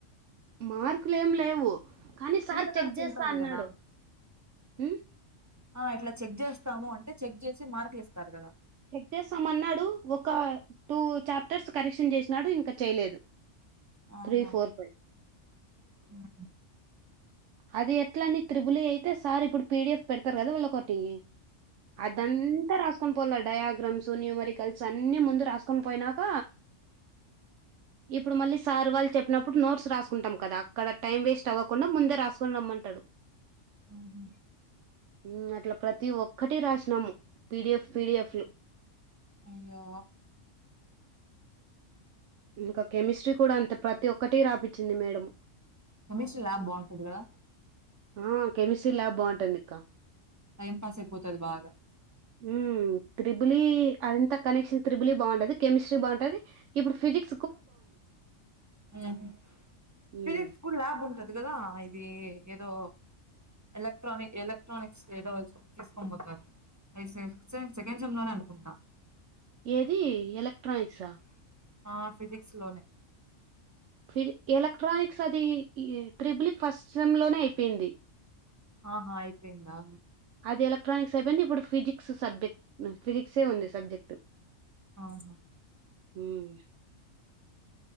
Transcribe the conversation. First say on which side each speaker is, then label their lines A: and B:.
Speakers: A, on the right; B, on the right.
A: మార్కులుం లేవు కానీ సార్
B: ఇంకా
A: చెక్
B: నా చింతది
A: చేస్తా అన్నాడు
B: కదా
A: హ్మ్
B: అట్లా చెక్ చేస్తాము అంటే చెక్ చేసి మార్క్ లు ఇస్తారు
A: చెక్ చేస్తామన్నాడు ఒక టూ చాప్టర్స్ కరెక్షన్ చేసినాడు ఇంకా చేయలేదు
B: ఆహా
A: త్రీ ఫోర్ ఫైవ్
B: ఉమ్
A: అది ఎట్ల అని త్రిబులి అయితే సార్ ఇప్పుడు పీడిఎఫ్ పెడతారు కదా వీళ్ళ ఒకటి అదంతా రాస్ కొన్ పోలా డయాగ్రమ్స్, న్యూమరికల్స్ అన్ని ముందు రాసుకొన్ పోయినాక ఇప్పుడు, మళ్ళీ సార్ వాళ్ చెప్పినప్పుడు, నోట్స్ రాసుకుంటాం కదా. అక్కడ టైం వేస్ట్ అవ్వకుండా ముందే రాసుకొన్ రమ్మంటాడు
B: ఊ హ
A: మ్ అట్లా ప్రతి ఒక్కటి రాసినాము. పీడిఎఫ్ పీడిఎఫ్లు
B: అయ్యో
A: ఇంకా కెమిస్ట్రీ కూడా అంత ప్రతి ఒక్కటి రాపచ్చింది మేడం
B: కెమిస్ట్రీ ల్యాబ్ బాంటుంది గదా
A: ఆ కెమిస్ట్రీ ల్యాబ్ బాంటుందిక్క
B: టైం పాస్ అయిపోతది బాగా
A: హ్మ్ త్రిబులి అంత కనెక్షన్ త్రిబులి బాండది, కెమిస్ట్రీ బాంటది ఇప్పుడు ఫిజిక్
B: హ్ హు
A: హ్మ్
B: ఫిజిక్స్కూడా ల్యాబ్ ఉంటది ది గదా ఇది ఏదో ఎలక్ట్రానిక్ ఎలక్ ట్రానిక్స్ ఏదో చ్ తీసుకోన్బోతారు. ఐసేఫ్ సేమ్ సెకండ్ సెమ్ లోనే అంటుకుంటా
A: ఏది ఎలెక్ట్రానిక్సా
B: ఆ ఫిజిక్స్ లోనే
A: ఫిజిక్ ఎలక్ట్రానిక్స్ అది ఈ ట్రిబుల్ యి ఫస్ట్ సెమ్ లోనే అయిపేంది
B: ఆహా అయిపేందా
A: అది ఎలక్ట్రానిక్స్ప్ పెంది ఇప్పుడు ఫిజిక్స్ సబ్జెక్ట్ ఫిజిక్సే ఉంది సబ్జెక్ట్
B: ఆహా
A: హ్మ్